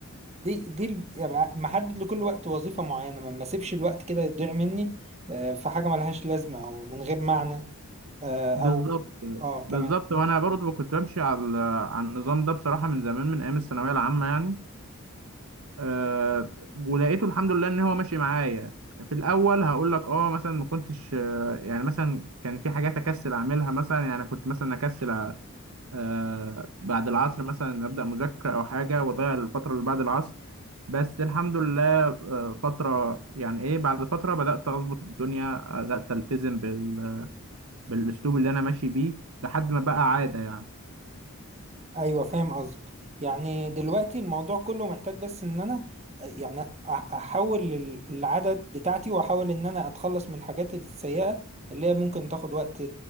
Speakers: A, on the right (about 30°); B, on the right (about 75°).
A: دي دي ال- يبقى محدد لكل وقت وظيفة معينة ما ما اسيبش الوقت كده يضيع مني آه، في حاجة ملهاش لازمة او من غير معنى آه،
B: بالظبط
A: او اه تمام
B: بالظبط وأنا برضه كنت بمشي على على النظام ده بصراحة من زمان من أيام الثانوية العامة يعني أه ولقيته الحمد لله إن هو ماشي معايا في الأول هقول لك أه مثلا ما كنتش آه، يعني مثلا كان في حاجات أكسل أعملها مثلا يعني كنت مثلا أكسل آه، بعد العصر مثلا أبدأ مذاكرة أو حاجة وأضيع الفترة اللي بعد العصر بس الحمد لله آه، فترة يعني ايه بعد فترة بدأت أظبط الدنيا بدأت ألتزم بال... بالأسلوب اللي أنا ماشي بيه لحد ما بقى عادة يعني
A: ايوه فاهم قصدك يعني دلوقتي الموضوع كله محتاج بس ان انا يعني أ- احول ال- العدد بتاعتي واحاول ان انا اتخلص من الحاجات السيئة اللي هي ممكن تاخد وقت